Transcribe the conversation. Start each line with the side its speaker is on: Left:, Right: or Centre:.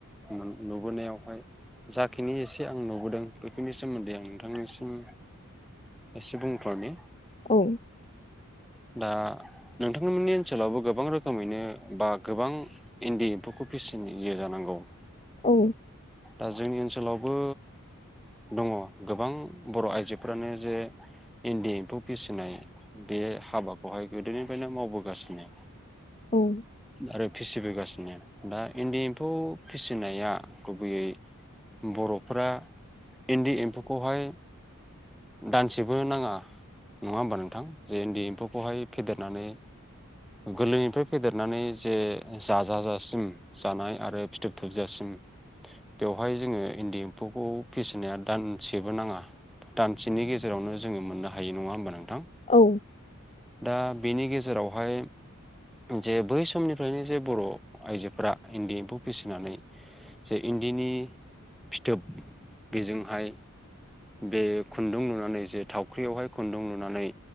Centre: नु नुबोनायावहाय जाखिनि एसे आं नुबोदों बेखिनि सोमोन्दै आं नोंथांनिसिम एसे बुंथनि
Left: औ
Centre: दा नोंथांमोननि ओनसोलावबो गोबां रोखोमैनो बा गोबां इन्दि एम्फौखौ फिसियो जानांगौ
Left: औ
Centre: दा जोंनि ओनसोलाव बो दङ गोबां बर' आइजोफोरानो जे इन्दि एमफौ फिसिनाय बे हाबाखौहाय गोदोनिफ्रायनो मावबोगासिनो
Left: औ
Centre: आरो फिसि बोगा दा इन्दि एम्फौ फिसिनाया गुबैयै बर'फोरा इन्दि एमफौखौहाय दानसेबो नाङा नङा होमबा नोंथां जे इन्दि एम्फौ खौहाय फेदेरनानै गोरलैनिफ्राय फेदेरनानै जे जाजाजासिम जानाय आरो फिथोब थोबजासिम बेवहाय जोङो इन्दि एम्फौखौ फिसिनाया दानसेबो नाङा दानसेनि गेजेरावनो जोङो मोननो हायो नङा होनबा नों
Left: औ
Centre: दा बेनि गेजेरावहाय जे बै समनिफ्रायनो जे बर' आइजोफोरा इन्दि एम्फौ फिसिनानै जे इन्दिनि फिथोब बेजोंहाय बे खुन्दुं लुनानै जे थावख्रियावहाय खन्दुं लुनानै